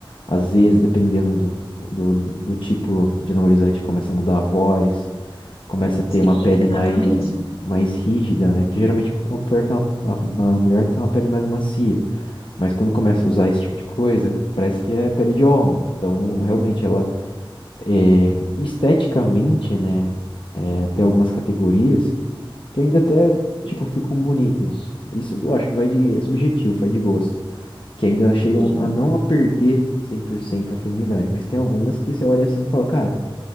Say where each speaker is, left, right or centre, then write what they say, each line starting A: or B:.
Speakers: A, on the left; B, on the left.
A: Às vezes, dependendo do, do, do tipo de anabolizante, começa a mudar a voz, começa a ter
B: sim,
A: uma pele
B: exatamente.
A: mais, mais rígida, né? Porque geralmente a, mulher tem uma a- a mulher tem uma pele mais macia, mas quando começa a usar esse tipo de coisa, parece que é pele de homem. Então, realmente, ela é, esteticamente, né? é, tem algumas categorias que ainda até,
B: Sim,
A: tipo, ficam bonitas. Isso eu acho que vai de, é subjetivo, vai de gosto que ainda chegam
B: sim.
A: a não a perder 100% a feminidade, mas tem algumas que você olha assim e fala, cara,